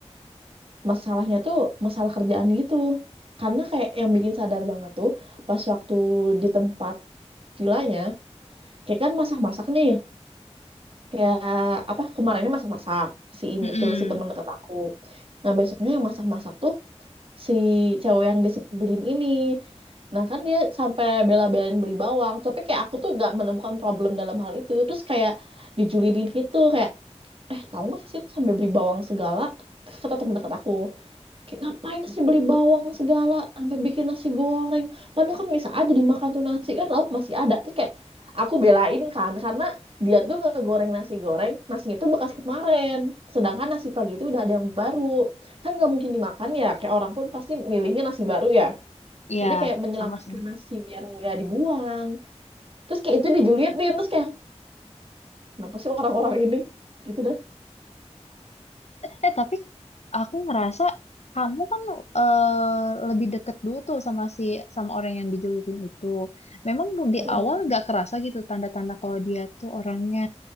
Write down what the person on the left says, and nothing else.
Mm-mm.
Iya,
sama sih.
Eh, tapi aku ngerasa kamu kan eh, lebih deket dulu tuh sama si sama orang yang dijulukin itu. Memang di
awal nggak kerasa gitu tanda-tanda kalau dia tuh orangnya